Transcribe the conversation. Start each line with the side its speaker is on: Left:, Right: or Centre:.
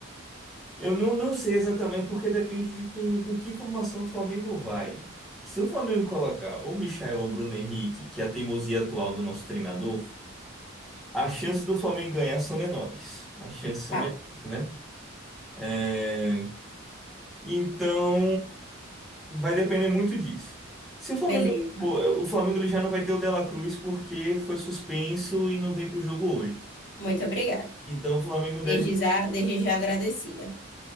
Centre: Eu não, não sei exatamente porque depende de com, com que formação o Flamengo vai. Se o Flamengo colocar ou Michael ou Bruno Henrique, que é a teimosia atual do nosso treinador. As chances do Flamengo ganhar são menores. As chances são
Left: Tá.
Centre: menores, né? É, Então, vai depender muito disso. Se o Flamengo,
Left: Beleza.
Centre: o Flamengo ele já não vai ter o De La Cruz porque foi suspenso e não vem para o jogo hoje.
Left: Muito obrigada.
Centre: Então, o Flamengo deve.
Left: Desde já, desde já agradecida.